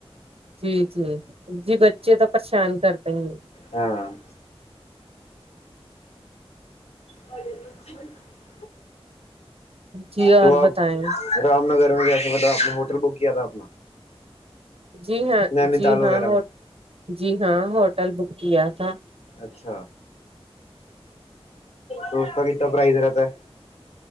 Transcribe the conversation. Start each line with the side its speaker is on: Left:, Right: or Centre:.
Right: جی جی جی بچے تو پریشان کرتے ہیں
Left: ہاں بے ب
Right: جی اور
Left: تو آپ
Right: بتائیں
Left: رام نگر جا کے مت اؤ اپنا ہوٹل بک کیا تھا اپنا
Right: جی ہاں
Left: نینی
Right: جی
Left: تال وغیرہ
Right: ہاں
Left: میں
Right: جی ہاں ہوٹل بک کیا تھا
Left: اچھا تو اس کا کتنا پرائز رہتا ہے